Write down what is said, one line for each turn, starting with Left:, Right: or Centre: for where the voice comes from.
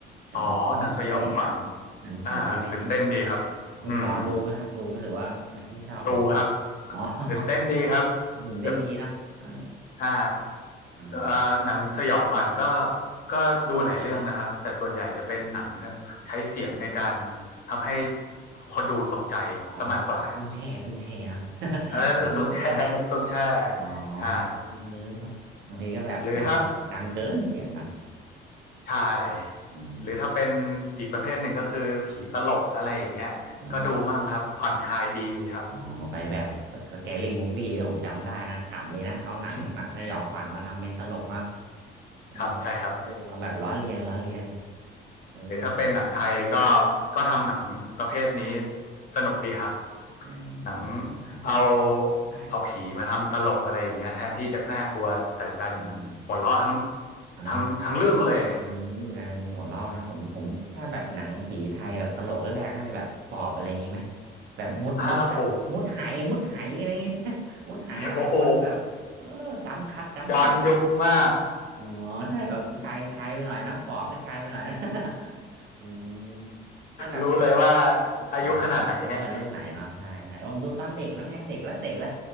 Right: แบบหนังผีอะไรเงี้ย
Left: อ๋อหนังสยองขวัญ
Right: หนังผีอะไรเงี้ยคุณ
Left: อ่าตื่นเต้นดีครับอืม
Right: คุณปอดูไหมครับดูไหมหรือว่าไม่ไม่ชอบดูมั้ง
Left: ดูครับ
Right: อ๋อ
Left: ตื่นเต้นดีครับ
Right: <laughs> มันตื่นเต้นดีเนาะเออ
Left: แบบ อ่า
Right: อ่า
Left: เอ่อหนังสยองขวัญก็ก็ดูหลายเรื่องนะครับแต่ส่วนใหญ่จะเป็นหนัง
Right: อม
Left: ใช้เสียงในการทำให้คนดูตกใจซะมากกว่า
Right: อ๋อตุ้งตุ้งแช่ตุ้งแช่เนาะ <laughs>
Left: เออต้องแช่มุกต้องแช่
Right: ผีตุ้งแช่ไหมอ๋อ
Left: อ่า
Right: เออเลยก็บางทีก็แบบดังดังเกินเสียงนะ
Left: หรือถ้าใช่หรือถ้าเป็นอีกประเภทหนึ่งก็คือผีตลกอะไรอย่างเงี้ยก็ดูมั่งครับ
Right: <laughs> อืมอ๋อ
Left: ผ่อนคลายดีครับ
Right: อ๋อไปแบบสแกรี่มูฟวี่นะผมจำได้นะขำดีนะเอาหนังหนังสยองขวัญมาทำเป็นตลกเนาะ
Left: <laughs>
Right: เออ
Left: ครับใช่ครับ
Right: เออเอาแบบล้อเลียนล้อเลียนเออตลก
Left: หรือถ้าเป็นหนังไทยก็ก็ทำหนังประเภทนี้สนุกดีครับ
Right: อืมอ๋อใช่ใช่แบบ
Left: หนังเอา
Right: หลายละ
Left: เอาผีมาทำตลกอะไรอย่างเงี้ยแทนที่จะน่ากลัวแต่ดัน
Right: อืม
Left: หัวเราะทั้ง
Right: อ่ะเนาะ
Left: ทั้งทั้งเรื่องเลย
Right: เออกลายเป็นหัวเราะนะผมผมถ้าแบบหนังผีไทยแบบตลกแรกๆน่าจะแบบปอบอะไรอย่างงี้ไหมแบบมุดมุดหะมุดไหมุดไหอะไรอย่างงี้
Left: <laughs> อ้าโห
Right: <laughs> มุดไหหลายคนแบบเออจำคัดจำคัด
Left: โอ้โหย้อนยุคมาก
Right: อ๋อใช่แบบไกลไกลไปหน่อยนะปอบนี่ไกลไปหน่อยนะ <laughs> อืมถ้าแบบต่า
Left: รู้เลยว่า
Right: รู้รู้ว่ารุ่นไหนเนาะใช่ใช่ผมดูตอนเด็กแล้วไงเด็กแล้วเด็กแล้ว
Left: อายุขนาดไหนเนี่ย